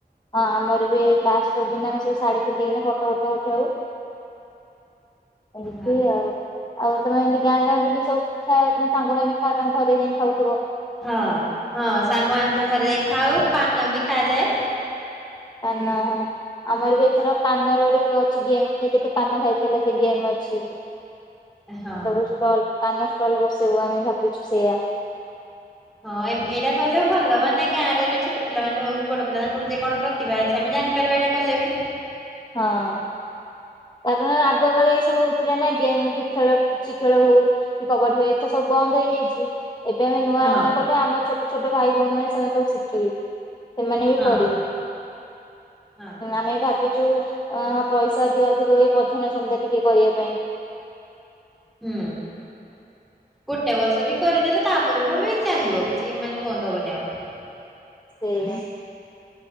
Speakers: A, on the left (about 25°); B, in the centre.
A: ହଁ ଆମର ବି ଲାଷ୍ଟିନ ଆେ ସବୁ ଶାଢୀ ପିନ୍ଧିକିନା ଫଟୋ ଫଟ ଉଠଉ। ଏମିତି
B: ହଁ
A: ଆଉ। ଆଉ ତମ ଏମିତି ଗାଁ ଗାଁ ବୁଲି ସବୁିଠା ତମେ ସାଙ୍ଗମାନେ ଖାଅ ତାଙ୍କ ଘରେ ଯାଇଁ ଖାଉଥିବ।
B: ହଁ ହଁ ସାଙ୍ଗମାନାନଙ୍କ ଘରେ ଯାଇକ ଖାଉ ପାନ ବି ଖାଯାଏ।
A: ପାନ ହଁ ଆମର ବି ଏଥର ପାନର ଗୋଟେ ଅଛି ଗେମ୍ କିଏ କେତେ ପାନ ଖାଇ ପାରଲା ସେ କି ଆମେ ଅଛି ସବୁ
B: ହଁ
A: ଷ୍ଟଲ କାନ ଷ୍ଟଲ ବସିବୁ ଆମେ ଭାବୁଛୁ ସେଇୟା।
B: ହଁ ଏଇଟା କଲେ ଭଲ ମାନେ ଗାଁରେ ଯୋଉ ଛୋଟ ପିଲା ମେ ହଉ କି ବଡ ପିଲା ତାଙ୍କ ଭିତରେ କଣ ପ୍ରତିଭା ଅଛି ଆମେ ଜାଣିପାରିବା ଏଇଟା କଲେ ବି।
A: ହଁ। କାରଣ ଆଗ କାଳେ ଏ ସବୁ ହଉଥିଲା ନା ଗେମ୍ ଖେଳ କୁଚି ଖେଳ ହଉ। କି କବାଡି ଏତେ ସବୁ ବନ୍ଦ ହେଇଯାଇଛି। ଏବେ ଆମେ ନୂଆ
B: ହଁ
A: ଆରମ୍ଭ କଲେ ଆମ ଛୋଟ ଛୋଟ ଭାଇ ଭଉଣୀ ମାନ ସେମାନେ ସବୁ ଶିଖିଲେ। ସେମାନେ ବି
B: ହଁ
A: କରିବେ
B: ହଁ
A: ଆମେ ଭାବିଛୁ ଅଁ ପଇସା ଯି ଅଧିକ ହୁଏ ପଛନ ସନ୍ଧ୍ୟା ଟିକେ କରିବା ପାଇଁ।
B: ହୁଁ। ଗୋଟେ ବର୍ଷ ବି କରିଦେଲେ ତା ପରରଠୁ ବି ଚାଲିବ କିଛି ମାନେ ବନ୍ଦ ହବନି ଆଉ।
A: ସେଇ।